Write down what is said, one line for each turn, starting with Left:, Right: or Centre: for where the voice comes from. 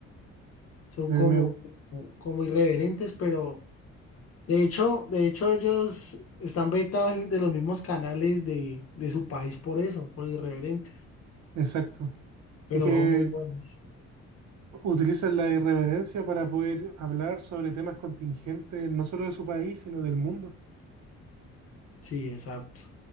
Left: Son
Right: Me,
Left: como,
Right: me-
Left: como, como irreverentes, pero de hecho, de hecho, ellos están vetados de los mismos canales de, de su país por eso, por irreverentes.
Right: exacto.
Left: Pero
Right: Es que
Left: son muy buenos.
Right: utilizan la irreverencia para poder hablar sobre temas contingentes, no solo de su país, sino del mundo.
Left: Sí, exacto.